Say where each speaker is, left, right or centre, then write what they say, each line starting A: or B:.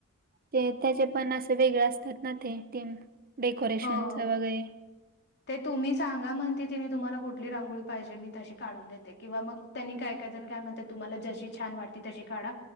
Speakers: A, on the right; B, on the left.
A: ते त्याचे पण असं वेगळे असतात ना ते टीम. डेकोरेशनच
B: हो
A: वगैरे
B: ते तुम्ही सांगा म्हणते तिने तुम्हाला कुठली रांगोळी पाहिजे मी तशी काढून देते किंवा मग त्यांनी काय काय जण काय म्हणत्यात तुम्हाला जशी छान वाटते तशी काढा